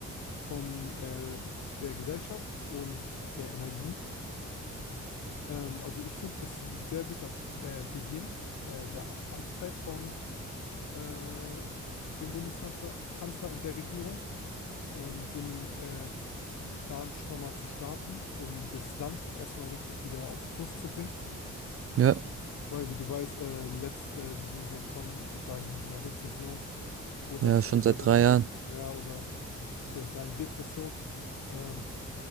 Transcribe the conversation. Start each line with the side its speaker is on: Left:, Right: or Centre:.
Left: von äh, der Gesellschaft und der Energie. Ähm, also ich finde, das ist ein sehr guter äh, Beginn äh, der Amtszeit von äh, dem Bundeskanzler Kanzler und der Regierung, äh, mit so einem äh, Plan schon mal zu starten, um das Land erstmal richtig wieder auf Kurs zu bringen.
Right: Ja,
Left: Weil, wie du weißt, äh, letzt, äh, wir sind so schon, ich würde sagen, in einer Rezession oder
Right: ja,
Left: vielleicht
Right: schon seit
Left: sogar,
Right: drei Jahren.
Left: ja, oder ich würde vielleicht sagen, Depression. Ähm,